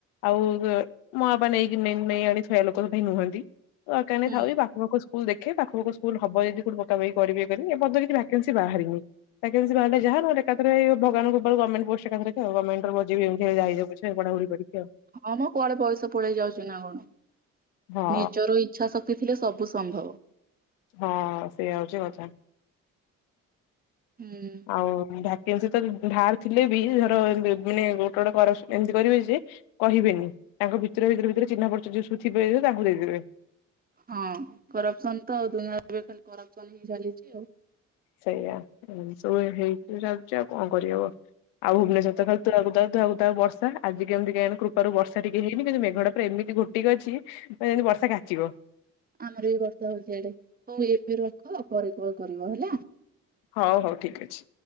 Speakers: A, on the left; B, on the right.
A: ଆଉ ମା ବାପା ନେଇକି ନେ ନେଇଆଣି ଥୋଇଆ ଲୋକ ପାଇଁ ନୁହନ୍ତି ଦରକାର ନାହିଁ
B: ହୁଁ
A: ଥାଉ ଏ ପା ସ୍କୁଲ ଦେଖେ ପାଖ ପାଖ ସ୍କୁଲ ହବ ଯଦି କୋଠି ପକାପକି କରିବେ ଇଏ କରିବେ ଏପର୍ଯ୍ୟନ୍ତ କିଛି ଭାକେନସି ବାହାରିନି। ଭାକେନ୍ସି ବାହାରିଲେ ଯାହା ନହେଲେ ଏକାଥରେ ଭଗବାନଙ୍କ କୃପାରୁ ଗମେଣ୍ଟ ପୋଷ୍ଟ ଏକା ଥରକେ ଗମେଣ୍ଟ ରେ ବଜେଇବ ଯେମିତି ହେଲେ ଯାହା ହେଇଯାଉ ପଛେ ପଢା ପଢ଼ି କରିକି ଆଉ।
B: ହଁ ମଁ କୁଆଡେ ବୟସ ପଳେଇ ଯାଉଛି ନା କଣ
A: ହଁ
B: ନିଜର ଇ ଚ୍ଛା ଶକ୍ତି ଥିଲେ ସବୁ ସମ୍ଭବ।
A: ହଁ ସେଇଆ ହଉଚି କଥା।
B: ହୁଁ।
A: ଆଉ ଭାକେନ୍ସି ତ ବାହାର ଥିଲେ ବି ଧର ଏମି ମାନେ ଗୋଟେ ଗୋଟେ କରସ୍ ଏମିତି କରିବେ ଯେ କହିବେନି ତାଙ୍କ ଭିତରେ ଭିତରେ ଭିତରେ ଚିହ୍ନ ପରିଚୟ ଯିଏ ସବୁ ଥିବେ ତାଙ୍କୁ ଦେଇଦେବେ।
B: ହଁ କରପସନ ତ ଆଉ ଦୁନିଆ ଏବେ ଖାଲି କରପସନ ହିଁ ଚାଲିଛି ଆଉ।
A: ସେଇଆ ସବୁ ହେଇକି ଯାଉଛି ଆଉ କଣ କରିହବ। ଆଉ ଭୁବନେଶ୍ୱରତ ଖାଲି ତୁହା କୁ ତୁହା ତୁହା କୁ ତ ବର୍ଷା ଆଜି କେମତି କେୟାଣି କୃପାରୁ ବର୍ଷା ଟିକେ ହେଇନି କିନ୍ତୁ ମେଘଟା ପରା ଏମିଟି ଘୋଟିକି ଅଛି। ମା ଯେମିତି ବର୍ଷା କାଚିବ।
B: ଆମର ବି ବର୍ଷା ହଉଛି ଆଆଡ଼େ ହଉ ଏବେ ରଖ ପରେ କଲ କରିବ ହେଲା।
A: ହଉ ହଉ ଠିକ୍ ଅଛି।